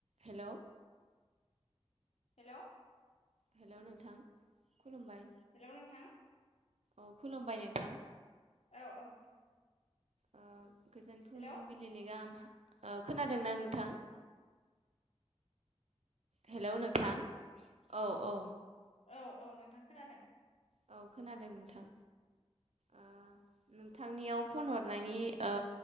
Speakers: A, on the right; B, on the left.
A: हेल'।
B: Hello.
A: Hello नोंथां खुलुमबाय।
B: Hello नोंथां।
A: औ खुलुमबाय नोंथां।
B: औ औ।
A: ओ गोजोन फुंबिलिनि
B: हेलौ
A: गाहाम ओ खोनादोंना नोंथां? हेल' नोंथां। औ औ।
B: औ औ नोंथां खोनादों।
A: औ खोनादों नोंथां। ओ नोंथांनियाव फन हरनायनि ओ